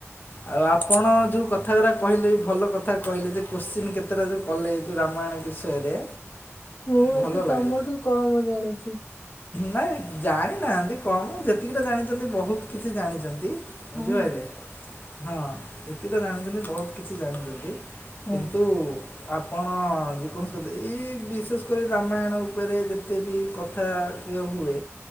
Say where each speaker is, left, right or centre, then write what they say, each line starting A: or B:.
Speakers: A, on the left (about 40°); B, on the left (about 60°).
A: ଆଉ ଆପଣ ଯୋଉ କଥା ଗୁରା କହିଲେ ଭଲ କଥା କହିଲେ ଯେ କୋଶ୍ଚିନ୍ କେତେଟା ଯୋଉ କଲେଇ ରାମାୟଣ ବିଷୟରେ
B: ମୁଁ ଏତେ
A: ଭଲ
B: ତମଠୁ
A: ଲାଗେ
B: କମ୍ ଜାଣିଛି।
A: ନାଇଁ ଜାଣିନାହାନ୍ତି କମ ଯେତିକିଟା ଜାଣିଛନ୍ତି ବହୁତ କିଛି ଜାଣି ବୁଝିପାଇଲେ
B: ହୁଁ
A: ହଁ ଏତିଟା ଜାଣିଛନ୍ତି ବହୁତ କିଛି ଜାଣିଛନ୍ତି।
B: ହୁଁ
A: କିନ୍ତନ୍ତୁ। ଆପଣ ଯେକୌଣସି କଥା ଏଇ ବିଶେଷ କରି ରାମାୟଣ ଉପରେ ଯେତେବି କଥା ଏ ହୁଏ।